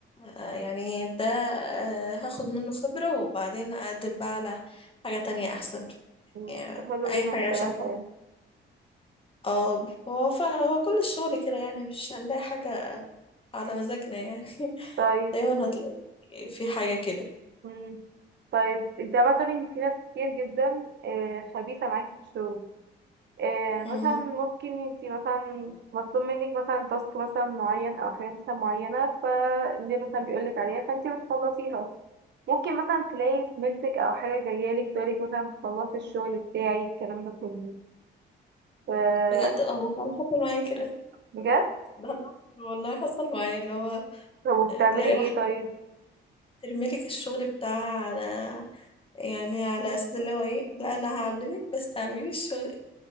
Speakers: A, on the left; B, on the right.
A: يعني ده آه، هاخد منه خبرة وبعدين اقدم بقى على حاجة تانية احسن
B: مم،
A: يعني
B: حلو
A: اي
B: جدا
A: حاجة
B: بصراحة
A: خدتها
B: يعني
A: اه هو فا هو كل الشغل كده يعني مش هنلاقي حاجة على مزاجنا يعني
B: طيب
A: دايما هتلاقي في حاجة كده
B: مم. طيب انت بقى تقولي ان في ناس كتير جدا آه، خبيثة معاك في الشغل آه، مثلا
A: مم.
B: ممكن انت مثلا مطلوب منك مثلا تاسك مثلا معين او حاجات مثلا معينة فاللي مثلا بيقولك عليها فانت بتخلصيها ممكن مثلا تلاقي زميلتك او حاجة جاية لك تقولك مثلا تخلصي الشغل بتاعي الكلام ده كله ف-
A: بجد هو كان حصل معايا كده
B: بجد
A: ده اللي حصل- والله حصل معايا اللي هو
B: طب وبتعملي
A: تلاقي
B: ايه
A: واحد
B: طيب
A: ترميلك الشغل بتاعها على يعني على اساس اللي هو ايه لا انا هعلمك بس تعملي الشغل